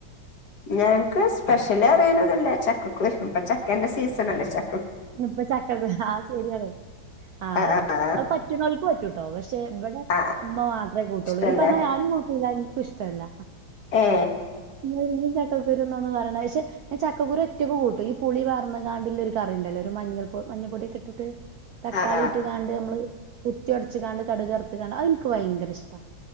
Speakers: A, on the left; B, on the right.
A: ഞങ്ങക്ക് സ്പെഷ്യലറിയാനൊന്നുല്ല ചക്കക്കുരു ഇപ്പ ചക്കന്റെ സീസണല്ലേ ച
B: ഇപ്പ ചക്കക്കുരൂ ആ ശെര്യാണ് ആഹ്
A: ആ ആ
B: അഹ് പറ്റ്ണോൽക്ക് പറ്റുട്ടോ പക്ഷെ വടെ
A: ആ ആ
B: ഉമ്മ മാത്രേ കൂട്ടൊള്ളു
A: ഇഷ്ടല്ലേ
B: ഈ പറഞ്ഞ ഞാനും കൂട്ടൂലയ്നു ഇഷ്ട്ടല്ല
A: ഏ
B: മുരിങ്ങി ച ചക്കക്കുരു ന്താന്ന പറണെ ക്ഷെ ഞാൻ ചക്കക്കുരു ഒറ്റക്ക് കൂട്ടും ഈ പുളി പാർന്ന് കാണ്ട്ള്ള ഒരു കറിണ്ടല്ലോ മഞ്ഞൾപൊ മഞ്ഞപൊടിഒക്കെ ട്ട് ട്ട് തക്കാളി
A: ആ ആ
B: ഇട്ട്കാണ്ട് അമ്മള് കുത്തിഒടച്ച്കാണ്ട് കടുകറുത്ത്കാണ്ട് അഹ് ഇൻക്ക് ഭയങ്കര ഇഷ്ട്ടാ